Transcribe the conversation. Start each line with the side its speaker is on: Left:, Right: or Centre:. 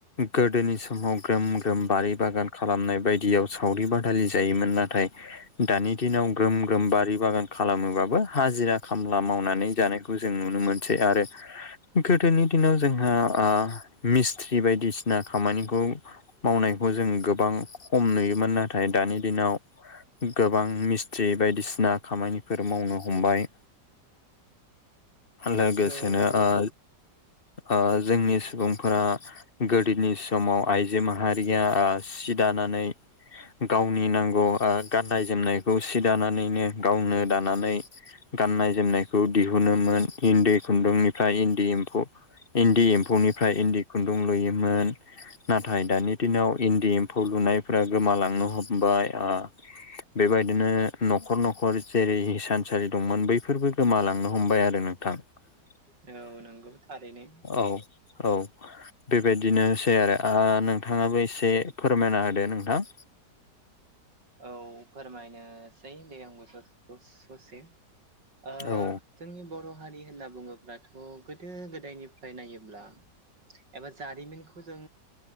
Left: गोदोनि समाव ग्रोम ग्रोम बारि बागान खालामनाय बायदियाव सावरि बादालि जायोमोन नाथाय दानि दिनाव ग्रोम ग्रोम बारि बागान खालामोबाबो हाजिरा खामला मावनानै जानाय जों नुनो मोनसै आरो गोदोनि दिनाव जोंहा आ मिस्थ्रि बायदिसिना खामानिखौ मावनायखौ जों गोबां खम नुयोमोन नाथाय दानि दिनाव गोबां मिस्ट्रि बायदिसिना खामानिफोर मावनो हमबाय। लोगोसेनो
Right: औ नंगौ
Left: आ जोंनि सुबुंफोरा गोदोनि समाव आइजो माहारिया सि दानानै गावनि नांगौ गाननाय आ जोमनायखौ सि दानानैनो गावनो दानानै गाननाय जोमनायखौ दिहुनोमोन इन्दि खुन्दुंनिफ्राय इन्दि एम्फौ इन्दि एम्फौनिफ्राय इन्दि खुन्दुं लुयोमोन। नाथाय दानि दिनाव इन्दि एम्फौ लुनायफोरा गोमालांनो हमबाय ओ बेबायदिनो न'खर न'खर जेरै हिसानसालि दंमोन बैफोरबो गोमालांनो हमबाय आरो नोंथां। <unintelligible>
Right: औ नंगौ थारैनो।
Left: औ औ बेबायदिनोसै आरो ओ नोंथाङाबो एसे फोरमायना होदो नोंथां?
Right: औ फोरमायनोसै दे आंबो सस औ ससे ओ
Left: औ
Right: जोंनि बर' हारि होनना बुङोब्लाथ' गोदो गोदायनिफ्राय नायोब्ला एबा जारिमिनखौ जों